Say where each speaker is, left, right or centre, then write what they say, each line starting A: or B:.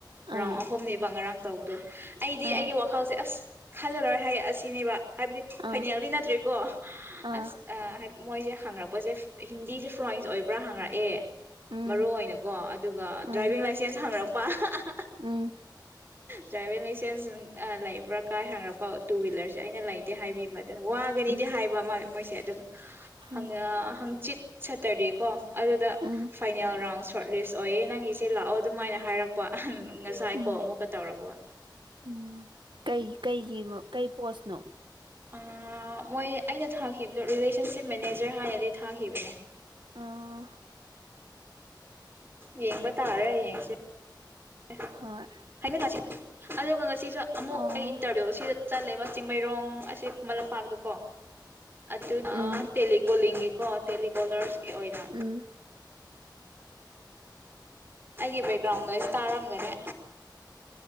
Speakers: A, on the right; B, on the right.
A: ꯔꯥꯎꯟ
B: ꯑꯥ
A: ꯑꯍꯨꯝꯅꯦꯕ ꯉꯔꯥꯡ ꯇꯧꯕꯗꯣ꯫ ꯑꯩꯗꯤ
B: ꯑꯥ
A: ꯑꯩꯒꯤ ꯋꯥꯈꯜꯁꯦ ꯑꯁ ꯈꯜꯂꯔꯔꯣꯏ ꯍꯥꯏꯔ ꯑꯁꯤꯅꯤꯕꯥ꯫ ꯍꯥꯏꯕꯗꯤ
B: ꯑꯥ
A: ꯐꯥꯏꯅꯦꯜꯗꯤ ꯅꯠꯇ꯭ꯔꯔꯤꯀꯣ
B: ꯑꯥ
A: ꯑꯁ ꯍꯥꯏ ꯃꯣꯏꯁꯦ ꯍꯥꯡꯔꯛꯄꯁꯦ ꯍꯤꯟꯗꯤꯁꯦ ꯐ꯭ꯔꯣꯟꯁ ꯑꯣꯏꯕ꯭ꯔꯥ ꯍꯥꯡꯔꯛꯑꯦ
B: ꯎꯝ
A: ꯃꯔꯨ ꯑꯣꯏꯅꯀꯣ ꯑꯗ ꯑ ꯗ꯭ꯔꯥꯏꯕꯤꯡ
B: ꯎꯝ
A: ꯂꯥꯏꯁꯦꯟꯁ ꯍꯥꯡꯔꯛꯄ ꯑꯍꯍ
B: ꯎꯝ
A: ꯗ꯭ꯔꯥꯏꯚꯤꯡ ꯂꯥꯏꯁꯦꯟꯁ ꯑ ꯂꯩꯕ꯭ꯔꯥ ꯀꯥꯏ ꯍꯪꯔꯛꯄ ꯇꯨ ꯍ꯭ꯋꯤꯂꯔꯁꯦ ꯑꯩꯅ ꯂꯩꯇꯦ ꯍꯥꯏꯕꯤꯕ꯫ ꯑꯗ ꯋꯥꯒꯅꯤꯗꯤ
B: ꯎꯝ
A: ꯍꯥꯏꯕ ꯑꯃ ꯃꯣꯏꯁꯦ ꯑꯗꯨꯒ
B: ꯎꯝ
A: ꯍꯪ ꯑ ꯍꯪꯆꯤꯠ ꯁꯇꯔꯗꯦꯀꯣ ꯑꯗꯨꯗ
B: ꯎꯝ
A: ꯐꯥꯏꯅꯦꯜ ꯔꯥꯎꯟ ꯁꯣꯔꯠ ꯂꯤꯁ ꯑꯣꯏꯌꯦ ꯅꯪꯒꯤꯁꯦ ꯂꯥꯛꯑꯣ ꯑꯗꯨꯃꯥꯏꯅ ꯍꯥꯏꯔꯛꯄ꯫ ꯉꯁꯥꯏ
B: ꯎꯝ
A: ꯀꯣ ꯑꯃꯨꯛꯀ ꯇꯧꯔꯛꯄ꯫
B: ꯎꯝ ꯀꯩ ꯀꯩꯒꯤ ꯀꯩ ꯄꯣꯁꯅꯣ꯫
A: ꯑꯥ ꯃꯣꯏ ꯑꯩꯅ ꯊꯥꯈꯤꯕꯗꯣ ꯔꯤꯂꯦꯁꯟꯁꯤꯞ ꯃꯦꯅꯦꯖꯔ ꯍꯥꯏꯔꯗꯤ ꯊꯥꯈꯤꯕꯅꯦ꯫
B: ꯑꯥ
A: ꯌꯦꯡꯕ ꯇꯥꯔꯦ ꯌꯦꯡꯁꯦ ꯑꯦ
B: ꯍꯣꯏ
A: ꯍꯥꯏꯅ ꯊꯥꯁꯤ ꯑꯗꯨꯒ ꯉꯁꯤꯁꯨ ꯑꯃꯨꯛ
B: ꯑꯣ
A: ꯑꯩ ꯏꯟꯇꯔꯚꯤꯌꯨ ꯑꯁꯤꯗ ꯆꯠꯂꯦꯕ ꯆꯤꯡꯃꯩꯔꯣꯡ ꯑꯁꯤ ꯈꯨ ꯂꯝꯄꯥꯛꯇꯀꯣ ꯑꯗꯨꯅ
B: ꯎꯝ
A: ꯇꯦꯂꯤꯀꯣꯂꯤꯡꯒꯤ ꯀꯣ ꯇꯦꯂꯤꯀꯣꯂꯔꯁꯀꯤ ꯑꯣꯏꯅ
B: ꯎꯝ
A: ꯑꯩꯒꯤ ꯕꯦꯛꯒ꯭ꯔꯥꯎꯟꯗꯣꯁ ꯇꯥꯔꯝꯒꯅꯦ